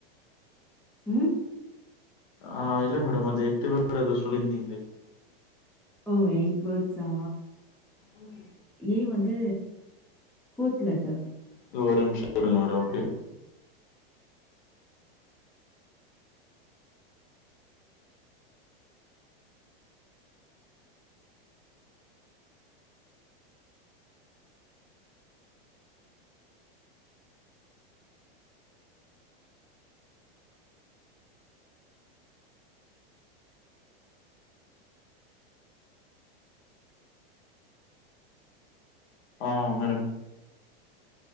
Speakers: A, in the centre; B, on the left.
A: ம்
B: ஆ இல்ல மேடம் அந்த எட்டு வேர்ட் எதோ சொல்லியிருந்தீங்களே
A: ஓ எயிட் வேர்ட்ஸ்சா
B: ம்
A: ஏ வந்து ஃபோர்த் லெட்டர்
B: <unintelligible> ஒரு நிம்ஷோ இருங்க மேடம் ஓகே ஆ்மா மேடம்